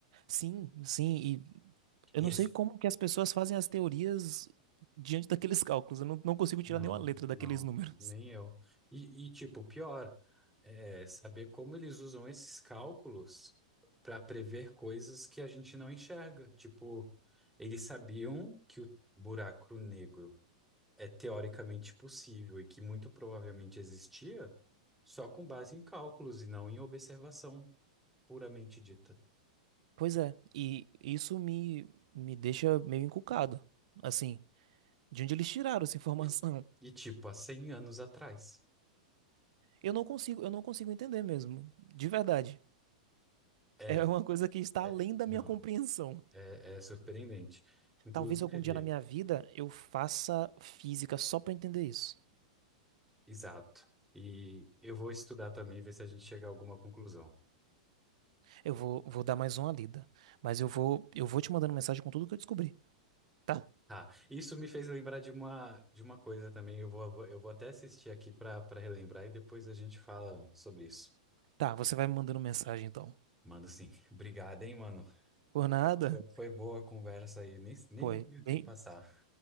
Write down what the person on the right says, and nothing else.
Sim, sim, e eu
não
sei como que as pessoas fazem as teorias diante daqueles cálculos. Eu não, não consigo tirar
nenhuma letra
daqueles números.
Pois é, e isso me, me deixa meio encucado, assim, de onde eles tiraram essa informação?
<laughs>
Eu não consigo, eu não consigo entender mesmo, de verdade.
É uma coisa que está
além da
minha compreensão.
Talvez algum dia na minha vida eu faça física só para entender isso.
Eu vou, vou dar mais uma lida, mas eu vou, eu vou te mandando mensagem com tudo que eu descobri, tá?
Tá, você vai me mandando mensagem então.
Por nada?
Foi.
Bem,